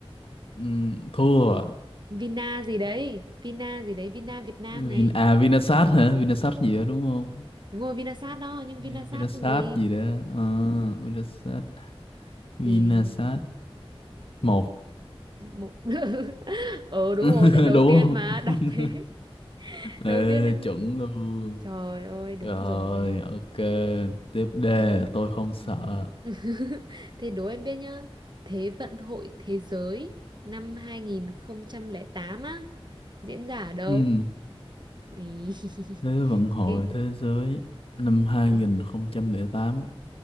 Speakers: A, on the left; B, on the right.
A: ừm, thua à
B: Vina gì đấy Vina gì đấy Vina Việt Nam này
A: Vin à Vinasat hả Vinasat gì đó đúng không
B: đúng rồi Vinasat đó nhưng Vinasat
A: Vin- Vinasat
B: gì
A: gì đó Ờ, Vinasat Vinasat
B: thì
A: một
B: một <laughs> ờ đúng
A: <laughs>
B: rồi tại đầu
A: đúng
B: tiên
A: không
B: mà
A: <laughs>
B: đặt thế đầu
A: Ê,
B: tiên nên
A: chuẩn luôn
B: trời ơi đúng
A: Rồi,
B: rồi
A: ok. Tiếp đề,
B: <laughs>
A: tôi không sợ.
B: Thế đố em biết nhá. Thế vận hội thế giới năm hai nghìn không trăm lẻ tám á diễn ra ở đâu?
A: Ừm,
B: Ý, <laughs>
A: Thế vận hội
B: Cái
A: thế giới năm 2008
B: ờ,